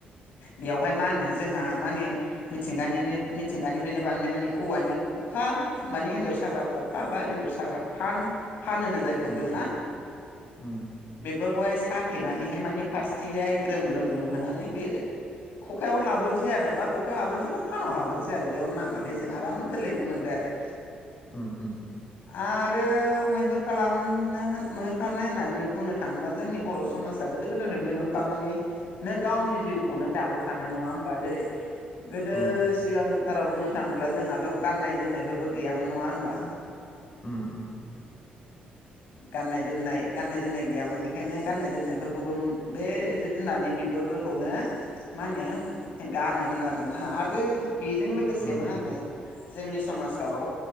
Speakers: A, on the left; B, on the left.
A: बेयावहाय मा होनो जोंहा माने मिथिंगानिनो मिथिंगानिफ्रायनो बानायनाय माने औवानि ख'खा मानि एन्जर साग्रा ख'खा, बा एन्जर साग्रा फान, फान होनो जायखौ
B: उम
A: जों ना,
B: उम
A: बे बेफोरखौहाय साथेनानैहाय माने फारसेथिंजायहाय ग्रोम- ग्रोम-ग्रोम होनानै बे ख'खायाव हाबहोनोसै आरो। बा ख'खायाव हाबोनोसै बा फानाव हाबोनोसै आरो बेयावनो नांबाथाय जों आराम गोरलैनो मोनबाय आरो। बे
B: अम अम
A: आरो मैहुर खालामनो मैहुर खालामनाय होननानै बुंनो थाङोब्ला जोंनि बर' समाजा गोदो गोदायनिफ्राय मैहुर खालामनानैनो गावनि जिउखौनो दाबोखानाय नङा हो बा, जेरै गोदो
B: औ
A: सिगां थाराव बुंनो थाङोब्ला जोंनाथ' गाननाय जोमनायफोरबो गैयामोन नङा होनबा
B: अम अम <inaudible>
A: गाननाय-जोमनाय गाननाय-जोमनाय गैयामोन बेखायनो गाननाय जोमनायफोरखौबो बे जिब-जुनारनि बिगुरफोर खौनो मा होनो गानोमोन आरोना आरो बेजों लोगोसे
B: उम
A: मा होनो जोंनि समाजाव